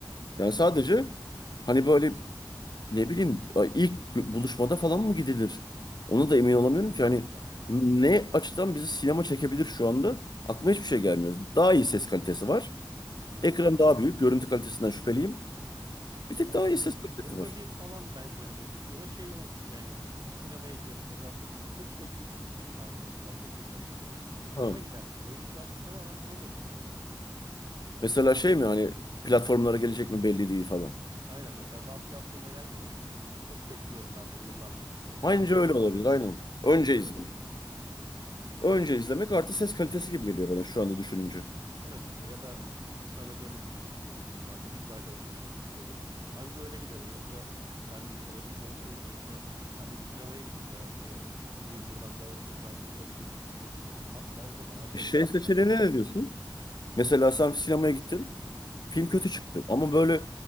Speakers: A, on the left; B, on the right.
A: Yani sadece hani böyle ne bileyim ay, ilk gö- buluşmada falan mı gidilir? Ona da emin olamıyorum ki hani
B: Yani
A: ne açıdan bizi sinema çekebilir şu anda? Aklıma hiçbir şey gelmiyor. Daha iyi ses kalitesi var.
B: hı hı.
A: Ekran daha büyük. Görüntü kalitesinden şüpheliyim. Bir tek
B: Yani
A: daha iyi ses kalitesi
B: yılda
A: var.
B: bir falan bence hani o da şey olsun diye hani bir sinemaya gidelim ya da çok beklediğim bir film vardır mesela çok izlemek istediğim bir film. Ha,
A: Ha.
B: ona gidersin. Benim için artık tamamen buna döndü sinemaya gitmek.
A: Mesela şey mi hani platformlara gelecek mi belli değil falan.
B: Aynen mesela daha platforma gelmemiş. Çok bekliyorum ben bunu yıllardır bu filmi.
A: Aynıca
B: Çıktı.
A: öyle olabilir aynen.
B: Anca
A: Önce izlemek.
B: öyle olur.
A: Önce izlemek artı ses kalitesi gibi geliyor bana şu anda düşününce.
B: Evet işte ya da bir tanıdığımın izlemek istediği film vardır. Kız arkadaşım izlemek istiyordur. Anca öyle giderim. Yoksa ben mesela evimde otururken şu an hadi bir sinemaya gideyim ya işte o- gideyim buradan bir alışveriş merkezinde bugün bir film izleyeyim. Asla olmaz yani açarım
A: Şey seçeneğine
B: internetten izlerim.
A: ne diyorsun? Mesela sen sinemaya gittin. Film
B: Hı hı.
A: kötü çıktı. Ama böyle